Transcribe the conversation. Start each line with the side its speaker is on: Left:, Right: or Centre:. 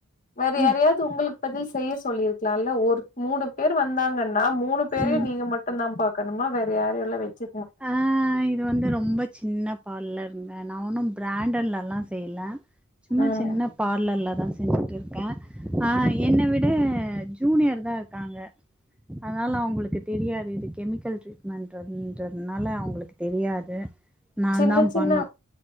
Left: வேற
Centre: ம்
Left: யாரையாது உங்குளு பதி செய்ய சொல்லிருக்கலால்ல ஒரு மூணு பேரு வந்தாங்கன்னா மூணு பேரையு
Centre: ம்
Left: நீங்க ம ட்டு்ந்தா பாக்கணுமா வேற யாரையுல்லா வச்சு
Centre: ஆ இது வந்து ரொம்ப சின்ன பால்லருந்த நா ஒன்னு பிராண்டல்லல்லா செய்ல சும்மா
Left: ம்
Centre: சின்ன பார்லல்ல தா செஞ்சுட்டுருக்க ஆ என்ன விட ஜூனியர் தா இருக்காங்க அதனால அவங்களுக்கு தெரியாது இது கெமிக்கல் ட்ரீட்மெண்ட ட்றதுனால அவுங்களுக்கு தெரியாது நா
Left: சின்ன
Centre: தா
Left: சின்ன
Centre: பண்ணு